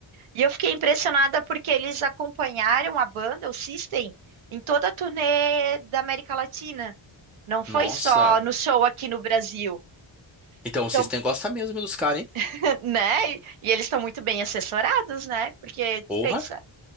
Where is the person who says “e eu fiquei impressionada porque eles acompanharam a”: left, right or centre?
Right